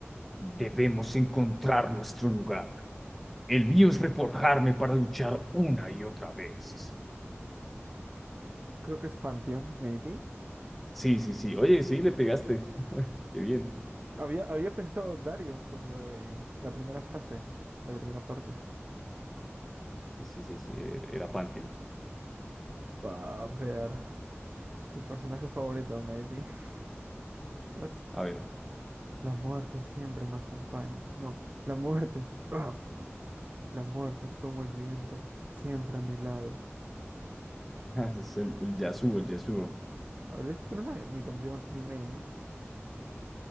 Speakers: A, in the centre; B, on the right.
A: Debemos encontrar nuestro lugar. El mío es reforjarme para luchar una y otra vez.
B: Creo que es Panteón, maybe.
A: Sí, sí, sí. Oye, sí, le pegaste. <laughs> Qué bien.
B: Había, había pensado Dario por lo de la primera frase, la primera parte.
A: Sí, sí, sí, sí, er- era Pantheon.
B: Va a ver. Mi personaje favorito, maybe. <laughs> What's este?
A: A ver,
B: La muerte siempre me acompaña. No, la muerte es. <laughs> <clears throat> ¡Ah! La muerte es como el viento, siempre a mi lado.
A: <laughs> es el, el Yasuo, el Yasuo.
B: Habría que era una de mi campeón, mi main.